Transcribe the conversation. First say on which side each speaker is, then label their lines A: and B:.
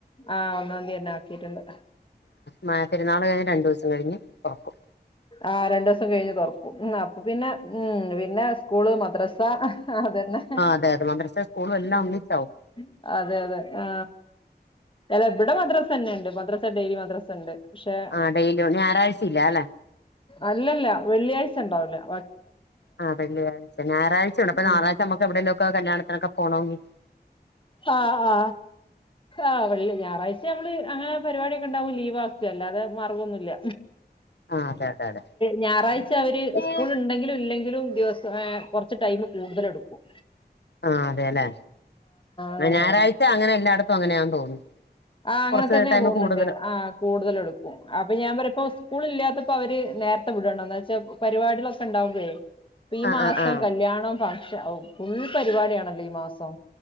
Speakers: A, on the left; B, on the left.
A: ആ ഒന്നാം തീയതി തന്നെ ആക്കിട്ടുണ്ട്
B: മ പെരുന്നാൾ കഴിഞ്ഞ് രണ്ടു ദിവസം കഴിഞ്ഞ് തുറക്കും
A: ആ രണ്ടു ദിവസം കഴിഞ്ഞ് തൊറക്കും അപ്പൊ പിന്നെ ഉം പിന്നെ സ്കൂള് മദ്രസ അതന്നെ
B: ആഹ് അതെ അതെ മദ്രസ സ്കൂളും എല്ലാം
A: ഉ
B: ഒന്നിച്ചാവും
A: അതെ അതെ ആ അല്ല ഇവിടെ മദ്രാസ് തന്നെ ഉണ്ട് മദ്രാസ ഡെയിലി മദ്രാസ ഉണ്ട് പക്ഷെ
B: ആ ഡെയില്യാ ഞായറാഴ്ചയില്ല അല്ലെ
A: അല്ലല്ല വെള്ളിയാഴ്ച ഉണ്ടാവൂലാ
B: ആ വെള്ളിയാഴ്ച ഞായാഴ്ച ഉണ്ട് അപ്പ ഞായറാഴ്ച
A: ഉം
B: നമുക്ക് എവിടെ ലൊക്കെ കല്യാണത്തിനൊക്കെ പോണങ്കിൽ
A: ആ ആ ആ വെള്ളി ഞായറാഴ്ച നമ്മള് അങ്ങനെ പരിപാടിയൊക്കെ ഉണ്ടാവും ലീവ് ആക്കുവോകല്ല അതെ മാർഗംന്നുമല്ല
B: ആഹ് അതെ അതെ അതെ
A: ഞായറാഴ്ച അവര്
B: ആഹ്
A: സ്കൂള് ഉണ്ടെങ്കിലും ഇല്ലെങ്കിലും ദിവസം കൊറച്ച് ടൈമ് കൂടുതൽ എടുക്കും
B: ആ അതെല്ലേ
A: അങ്ങനെയാണ്
B: ഞായറാഴ്ച അങ്ങനെ എല്ലായിടത്തും അങ്ങനെയാെന്ന് തോന്നുന്നു
A: ആ അങ്ങനെ
B: കുറച്ച്
A: തന്നെയാന്ന്
B: ടൈം
A: തോന്നുന്നുണ്ട്
B: കൂടുതല്
A: ആ കൂടുതല് എടുക്കും അപ്പൊ ഞാൻ പറയാപ്പം സ്കൂളില്ലാത്ത ഇപ്പൊ അവര് നേരത്തെ വിടണണ്ട് എന്ന് വെച്ചാ പരിപാടികളൊക്കെ ഉണ്ടാവുമ്പോഴേ ഈ
B: ആഹ്
A: മാസം
B: ആഹ് ആഹ്
A: കല്യാണം ക്ഷെ ഓ ഫുൾ പരിപാടിയാണല്ലോ ഈ മാസം